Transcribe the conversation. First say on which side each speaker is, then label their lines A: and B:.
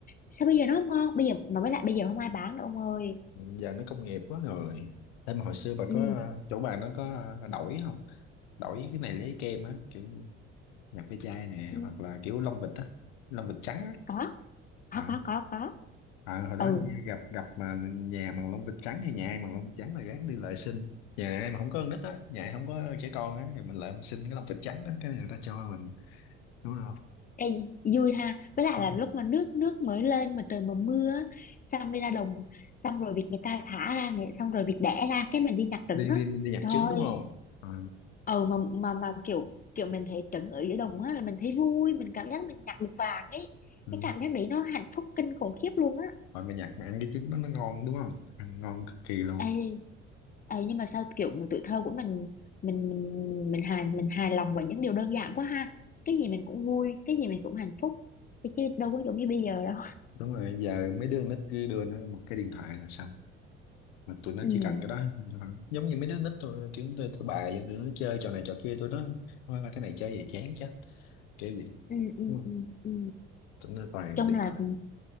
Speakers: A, on the left (about 25°); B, on the left (about 65°).
A: sao bây giờ nó không ngon bây giờ mà với lại bây giờ không ai bán nữa ông ơi
B: giờ nó công nghiệp quá rồi em mà hồi xưa bà
A: ừ,
B: có chỗ bà nó có à, đổi không đổi cái này lấy kem á kiểu nhập ve chai nè
A: ừ
B: hoặc là kiểu lông vịt á lông vịt trắng á
A: có có
B: à,
A: có có có
B: à hồi đó
A: ừ
B: như gặp gặp mà nhà bằng lông vịt trắng thì nhà ai bằng lông vịt trắng là gán đi lại xin nhà ai mà không có con nít á nhà ai không có trẻ con á thì mình lại mình xin cái lông vịt trắng á cái này người ta cho mình đúng không
A: Ê, vui ha với lại
B: ừ.
A: là lúc mà nước nước mới lên mà trời mà mưa á, xong đi ra đồng xong rồi việc người ta thả ra này xong rồi việc đẻ ra cái mình đi nhặt trứng
B: đi
A: á
B: đi đi nhặt
A: Trời
B: trứng đúng không ừ.
A: ờ mà mà mà kiểu kiểu mình thấy trứng ở giữa đồng á là mình thấy vui mình cảm giác mình nhặt được vàng ấy
B: Ừ.
A: cái cảm giác đấy nó hạnh phúc kinh khủng khiếp luôn á
B: Rồi mà nhặt mà ăn cái trứng đó nó ngon đúng không ăn ngon cực kỳ luôn
A: ê, ê nhưng mà sao kiểu mà tuổi thơ của mình mình mình mình hài mình hài lòng với những điều đơn giản quá ha cái gì mình cũng vui cái gì mình cũng hạnh phúc chứ đâu có giống như bây giờ đâu
B: đúng rồi giờ mấy đứa con nít cứ đưa nó một cái điện thoại là xong mà tụi nó
A: <laughs> ừ
B: chỉ cần cái đó giống như mấy đứa nít tôi kiểu tôi tụi bài vậy, tụi nó chơi trò này trò kia tụi nó thôi mà cái này chơi về chán chết kiểu gì
A: ừ ừ
B: đúng không
A: ừ, ừ.
B: tụi nó toàn
A: chung
B: điện
A: là
B: thoại
A: ừ,